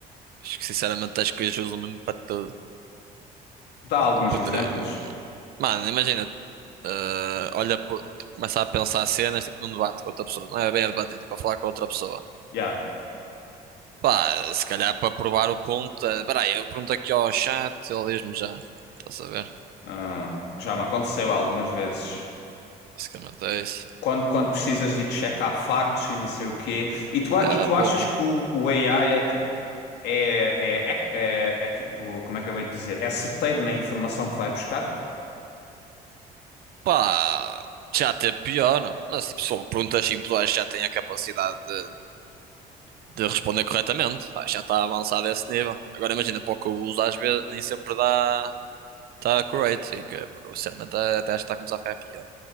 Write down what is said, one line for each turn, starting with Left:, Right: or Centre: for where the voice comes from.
Right: Acho que sinceramente acho que hoje usam mesmo para tudo.
Left: dá alguns
Right: Tipo,
Left: exemplos.
Right: de- hum, Mano, imagina, eh, olha, pô, tipo, começa a pensar cenas, tipo, num debate com outra pessoa. Não é bem a debater, tipo, a falar com outra pessoa.
Left: Yeah.
Right: Pá, se calhar para provar o ponto. eh, Espera aí, eu pergunto aqui ao chat, ele diz-me já. Estás a ver?
Left: Ah, já me aconteceu algumas vezes.
Right: Basicamente é isso.
Left: Quando, quando precisas de ir checar factos e não sei o quê. E tu, a-
Right: Já,
Left: e tu
Right: pô,
Left: achas que o, o AI é tipo. É, é, é, é- é tipo. Como é que eu hei de dizer? É certeiro na informação que vai buscar?
Right: pá, já teve pior, mas tipo, se for perguntas simples, eu acho que já tem a capacidade de, de responder corretamente. Acho que já está avançado a esse nível. Agora imagina, para o que eu uso, às vezes nem sempre dá. Está correto, e que, eu, sinceramente até acho que está a começar a ficar pior. Não